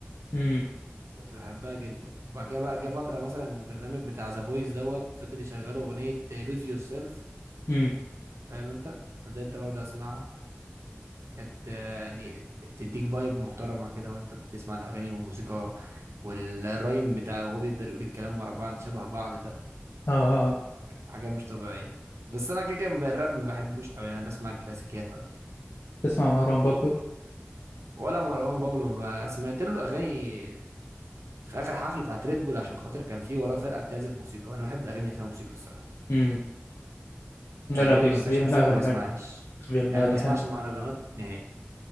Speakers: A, on the left; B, on the right.
A: امم
B: كنت بحبها جدا وبعد كده بقى جه فتره مثلا البرنامج بتاع ذا فويس دوت فضل يشغلوا اغنيه لوز يور سيلف
A: امم
B: فاهم انت فضلت برضه اسمعها كانت آه، يعني بتديك فايب محترمه كده وانت بتسمع الاغاني والموسيقى والرايم بتاعه وهو بيقدر يقول الكلام ورا بعض شبه بعض ده
A: اه آه، آه.
B: حاجة مش طبيعية بس أنا كده كده بقى الراب ما بحبوش أوي أنا بسمع كلاسيكيات أكتر
A: تسمع مروان بابلو
B: ولا مروان بابلو ما ب- سمعت له أغاني في آخر حفلة بتاعت ريد بول عشان خاطر كان في وراه فرقة بتعزف موسيقى وأنا بحب الأغاني اللي فيها موسيقى الصراحة
A: امم لا
B: الأغاني
A: لا بس
B: اللي ما فيهاش
A: بيعمل
B: موسيقى
A: أغاني
B: ما بسمعهاش
A: حلوة بيعمل
B: يعني
A: أغاني
B: ما بسمعش
A: حلوة
B: مهرجانات نهائي